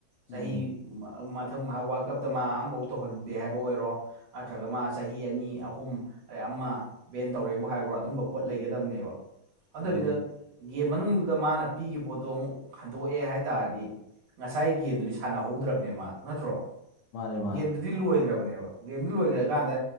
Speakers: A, on the left (about 75°); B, on the right (about 65°).
A: ꯎꯝ
B: ꯆꯍꯤ꯫ ꯃꯊꯪ ꯋꯥꯔꯜ ꯀꯞꯇ ꯃꯥ ꯑꯃꯐꯥꯎ ꯇꯧꯍꯟꯗꯦ ꯍꯥꯏꯕ ꯑꯣꯏꯔꯣ꯫ ꯅꯠꯇ꯭ꯔꯒ ꯃꯥ ꯆꯍꯤ ꯑꯅꯤ ꯑꯍꯨꯝ ꯑꯗꯩ ꯑꯃ꯫ ꯕꯦꯟ ꯇꯧꯔꯦꯕꯨ ꯍꯥꯏꯕ꯭ꯔꯣ ꯑꯗꯨꯝꯕ ꯄꯣꯠ ꯂꯩꯒꯗꯕꯅꯦꯕ ꯑꯗꯨꯅꯗꯕꯤꯗ꯫
A: ꯎꯝ
B: ꯒꯦꯝ ꯃꯅꯨꯡꯗꯨꯗ ꯃꯥꯅ ꯄꯤꯈꯤꯕ ꯄꯣꯠꯇꯣ ꯑꯃꯨꯛ ꯍꯟꯗꯣꯛꯑꯦ ꯍꯥꯏꯇꯥꯥꯔꯗꯤ꯫ ꯉꯁꯥꯏ ꯒꯦꯝꯗꯨꯗꯤ ꯁꯥꯟꯅꯍꯧꯗ꯭ꯔꯕꯅꯦ ꯃꯥꯗꯣ ꯅꯠꯇ꯭ꯔꯣ
A: ꯃꯥꯅꯦ ꯃꯥꯅꯦ
B: ꯒꯦꯝꯗꯨ ꯗꯤ ꯂꯣꯏꯈ꯭ꯔꯕꯅꯦꯕ ꯒꯦꯝꯗꯨ ꯂꯣꯏꯈ꯭ꯔꯀꯥꯟꯗ
A: ꯎꯝ